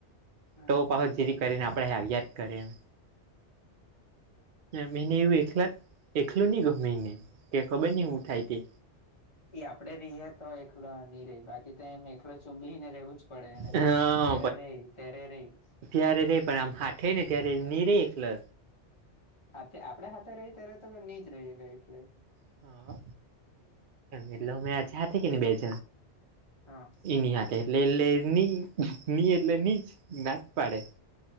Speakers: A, on the left; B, on the right.
A: હમ
B: તો પાછો જેવી કરીને આપડે આવીયા જ કરે હા, મહિને
A: એ
B: એવું
A: તો છે
B: એકલા એકલું નહી ગ મહિને કે ખબર નઈ હું થાય,
A: ઈ આપડે રહીએ, તો એકલો બાકી તો એમ એકલો ચુંબીને રહેવું જ પડે એને
B: હ
A: ત્યારે રેય ત્યારે રેય
B: ત્યારે રે પણ આમ હાથેે ને ત્યારે ની રે એકલો.
A: હાથે આપડે હાથે રહી ત્યારે તો નીજ રહે <inaudible> એ
B: <inaudible> હા એટલે અમે હાથે કે બેજ
A: હા
B: એની હાથે એટલે એટલે ની ની એટલે ની જ ના જ પાડે.